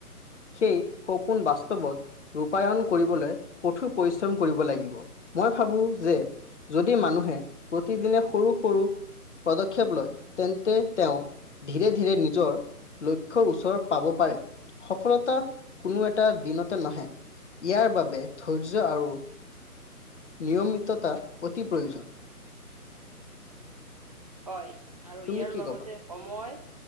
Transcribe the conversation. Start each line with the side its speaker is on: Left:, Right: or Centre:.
Left: সেই সপোন বাস্তৱত ৰূপায়ণ কৰিবলৈ, কঠোৰ পৰিশ্ৰম কৰিব লাগিব। মই ভাবো যে, যদি মানুহে, প্ৰতিদিনে সৰু -সৰু পদক্ষেপ লয়, তেন্তে তেওঁ, ধীৰে-ধীৰে নিজৰ লক্ষ্ৰ ওচৰ পাব পাৰে, সফলতা, কোনো এটা দিনতে নাহে। ইয়াৰ বাবে ধৈৰ্য আৰু, নিয়মিততা অতি প্ৰয়োজন আছে।
Right: হয়, আৰু
Left: তুমি
Right: ইয়াৰ
Left: কি
Right: লগতে
Left: ক'বা?
Right: সময়,